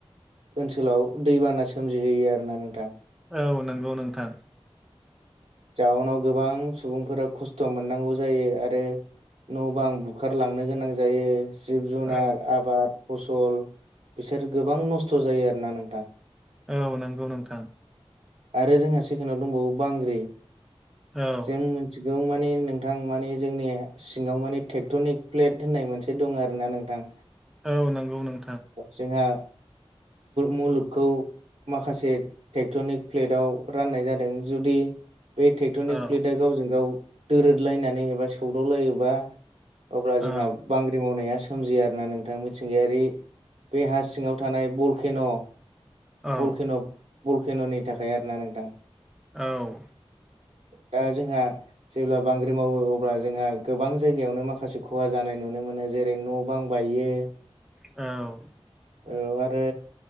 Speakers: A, on the right (about 85°); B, in the centre.
A: ओनसोलाव दैबाना सोमजिहोयो आरो ना नोंथां
B: औ नंगौ नोंथां
A: जाउनाव गोबां सुबुंफोरा खस्थ' मोननांगौ जायो आरो न' बां बुखारलांनो गोनां जायो जिब जुनार
B: औ
A: आबाद फसल बिसोर गोबां नस्थ' जायो आरोना नोंथां
B: औ नंगौ नोंथां
A: आरो जोंहा सेकेणडआव दंबावो बांग्रि
B: औ
A: जों सिगाव माने नोंथां माने जोंनि सिङाव माने ट्रेक्टनिक प्लेट होननाय मोनसे दं आरो ना नोंथां
B: औ नंगौ नों
A: जोंहा मुलुगखौ माखासे ट्रेक्टरनिक प्लेटाव राननाय जादों जुदि बे ट्रेक्ट'निक
B: औ
A: प्लेटआ गावजों गाव दोरदलायनानै एबा सौदावलायोबा अब्ला
B: औ
A: जोंहा बांग्रि मावनाया सोमजियो आरोना नोंथां मिथिंगायारि बे हा सिङाव थानाय बलकेन'
B: औ
A: बलकेन' बल केेन'नि थाखाय आरोना नोंथां
B: औ
A: दा जोंहा जेब्ला बांग्रि मावो अब्ला जोंहा गोबां जायगायावनो माखासे खहा जानाय नुनो मोनो जेरै न' बां बायो
B: औ
A: औ आरो